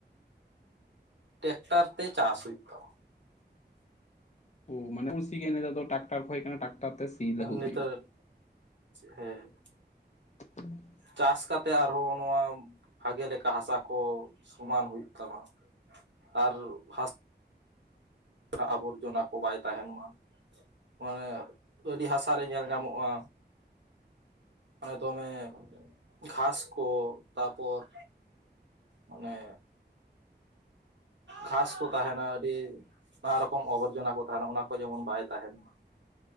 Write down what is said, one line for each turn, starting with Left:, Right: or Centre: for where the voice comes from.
Right: ᱴᱮᱠᱴᱟᱨ ᱛᱮ ᱪᱟᱥ ᱦᱩᱭᱩᱜ ᱛᱟᱢ
Left: ᱚ ᱢᱟᱱᱮ ᱯᱩ ᱥᱤ ᱱᱮᱛᱟᱨ ᱫᱚ ᱴᱨᱟᱠᱴᱟᱨ ᱠᱚ ᱦᱮᱡ ᱠᱟᱱᱟ ᱴᱨᱟᱠᱴᱟᱨ ᱛᱮ ᱥᱤ ᱞᱟᱹᱦᱩᱫ
Right: ᱱᱮᱛᱟᱨ
Left: ᱦᱩᱭᱩᱜᱼᱟ᱾
Right: ᱦᱮᱸ
Left: <inaudible>
Right: ᱪᱟᱥ ᱠᱟᱛᱮᱜ ᱟᱨᱦᱚᱸ ᱱᱚᱣᱟ ᱵᱷᱟᱜᱮ ᱞᱮᱠᱟ ᱦᱟᱥᱟ ᱠᱚ ᱥᱚᱢᱟᱱ ᱦᱩᱭᱩᱜ ᱛᱟᱢᱟ᱾ ᱟᱨ ᱦᱟᱥ ᱱᱟᱜ ᱟᱵᱚᱨᱡᱚᱱᱟ ᱠᱚ ᱵᱟᱭ ᱛᱟᱦᱮᱱ ᱢᱟ ᱢᱟᱱᱮ ᱟᱹᱰᱤ ᱦᱟᱥᱟ ᱨᱮ ᱧᱮᱞ ᱧᱟᱢᱚᱜᱼᱟ, ᱢᱟᱱᱮ ᱫᱚᱢᱮ ᱜᱷᱟᱥ ᱠᱚ ᱛᱟᱨᱯᱚᱨ ᱢᱟᱱᱮ ᱜᱷᱟᱥ ᱠᱚ ᱛᱟᱦᱮᱱᱟ ᱟᱹᱰᱤ ᱵᱟᱨ ᱨᱚᱠᱚᱢ ᱟᱵᱚᱨᱡᱚᱱᱟ ᱠᱚ ᱛᱟᱦᱮᱱᱟ ᱚᱱᱟ ᱠᱚ ᱡᱮᱢᱚᱱ ᱵᱟᱭ ᱛᱟᱦᱮᱱ ᱢᱟ᱾